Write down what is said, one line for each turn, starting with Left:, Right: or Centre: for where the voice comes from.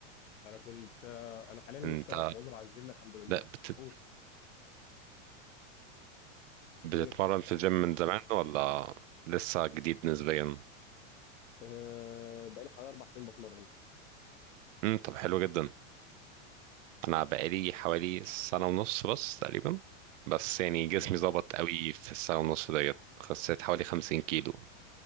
Left: انا كنت آه، انا حاليا لسه
Right: انت
Left: مواظب على الجيم الحمد لله
Right: لا بت...
Left: قول بتقول
Right: بتتمرن
Left: ايه
Right: في الجيم من زمان ولا لسه جديد نسبيا
Left: أه بقالي حوالي اربع سنين بتمرن
Right: امم طب حلو جدا انا بقالي حوالي سنة ونص بس تقريبا بس يعني
Left: الله
Right: جسمي ظبط قوي في السنة ونص ديت خسيت حوالي 50 كيلو